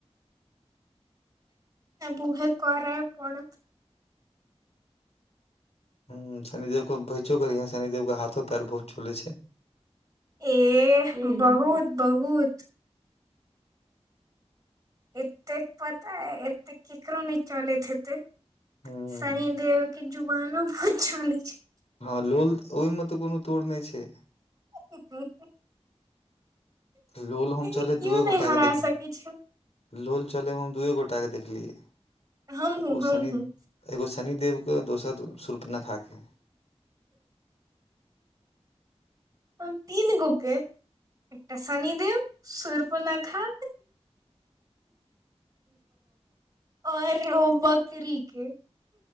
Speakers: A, on the right; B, on the left.
A: आ बुहे करै पड़त
B: ह शनिदेवके भैसो के और शनिदेव के हाथो पैर बहुत चलै छै
A: ए बहुत बहुत एतेक पता ह एते केकरो नहि चलैत हेतै
B: हुँ।
A: शनिदेव के जुबनो बहुत चलै छै
B: हँ लोल ओहिमे तऽ कोनो तोर नहि छै
A: ओहिमे
B: लोल होम चल
A: कियो
B: दूए गोटागे
A: नहि हरा
B: देखने
A: सकै छै
B: लोल चलैत हम दुए गोटाकेँ देखलियै एगो
A: हमहूँ हमहूँ
B: शनि एगो शनिदेवके दोसर सुर्पनखाके
A: तीन गो के एकटा शनिदेव सुर्पनखा आऔर बकरीे के